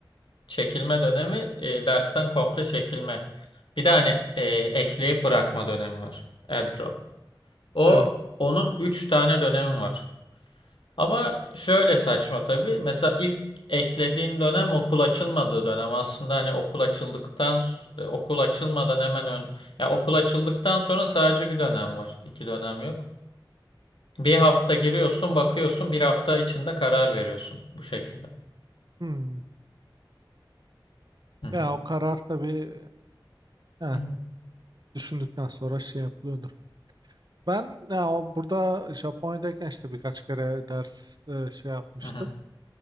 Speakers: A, on the left; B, on the right.
A: Çekilme dönemi e, dersten komple çekilme. Bir de hani e, ekleyip bırakma dönemi var. Airdrop. O
B: Evet.
A: onun 3 tane dönemi var. Ama şöyle saçma tabii. Mesela ilk eklediğin dönem okul açılmadığı dönem. Aslında hani okul açıldıktan s- e, okul açılmadan hemen ön ya okul açıldıktan sonra sadece bir dönem var. İki dönem yok. Bir hafta giriyorsun, bakıyorsun, bir hafta içinde karar veriyorsun bu şekilde.
B: Hmm.
A: Hı hı.
B: Ya o karar tabii e, eh,
A: Hı
B: düşündükten sonra şey yapılıyordu. Ben ya, o- burada Japonya'dayken işte birkaç kere ders e, şey yapmıştım.
A: hı.